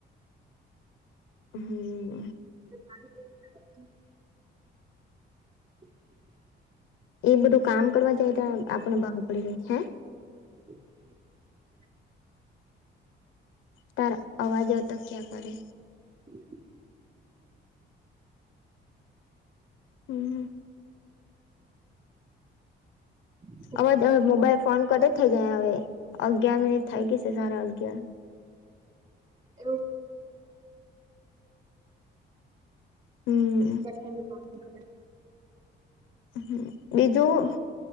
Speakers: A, on the left; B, on the right.
A: હમ.
B: ક <inaudible> <unintelligible>
A: એ બધું કામ કરવા જાય તો આપણે બહાર પડી જાય હે
B: હમ <unintelligible>
A: તાર આવાજ તો ક્યા કરે
B: હ <inaudible>
A: હમ હમ
B: હા
A: અવાજ આ મોબાઈલ ફોન કર થઇ જાય હવે અગયાર મિનિટ થઈ ગઈશે સારા અગિયાર
B: એવું
A: હમ
B: હ ખબર
A: હ બીજું